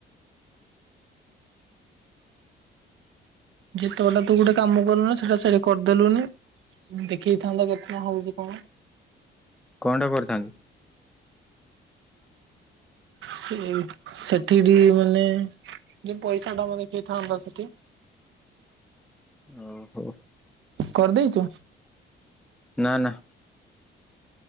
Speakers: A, on the right (about 75°); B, in the centre.
A: ଯେତେବେଳଟା ତୁ ଗୋଟେ କାମ କରୁନୁ ସେଟା ସେଆଡେ କରିଦେଲୁନି ଦେଖେଇଥାନ୍ତା କେତେଟା ହଉଛି କଣ
B: କଣଟା କରିଥାନ୍ତି?
A: ସେ ସେଠିଟି ମାନେ ଯୋଉ ପଇସାଟା ପା ଦେଖେଇଥାନ୍ତା ସେଠି।
B: ଓହୋଃ।
A: କରିଦେଇଚୁ?
B: ନା ନା।